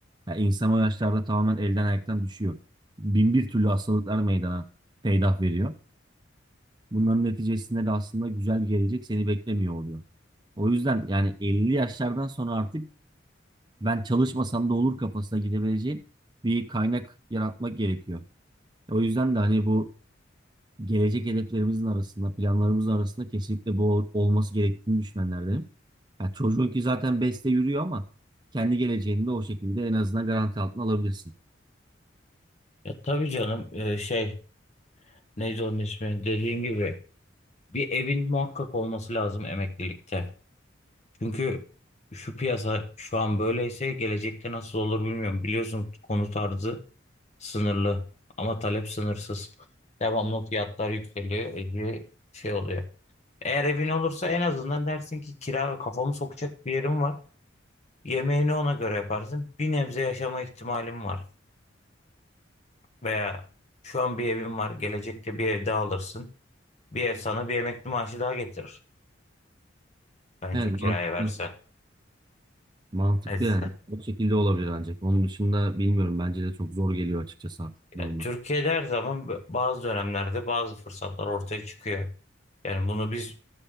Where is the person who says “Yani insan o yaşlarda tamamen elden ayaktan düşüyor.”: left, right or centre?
Right